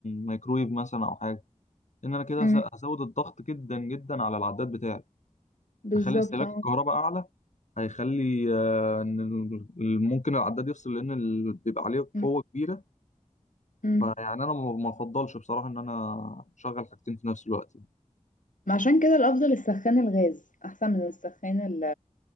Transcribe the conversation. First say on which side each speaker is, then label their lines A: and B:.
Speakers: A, on the left (about 65°); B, on the left (about 85°).
A: مايكرويف مثلا او حاجة ان انا كده
B: مم.
A: هز- هزود الضغط جدا جدا على العداد بتاعي
B: بالظبط
A: هخلي استهلاك
B: اه
A: الكهرباء اعلى هيخلي آه، ان ال- ممكن العداد يفصل لان ال- بيبقى عليه
B: مم.
A: قوه كبيره
B: مم.
A: فيعني انا ما ما افضلش بصراحه ان انا اشغل حاجتين في نفس الوقت
B: ما عشان كده الأفضل السخان الغاز أحسن من السخان ال-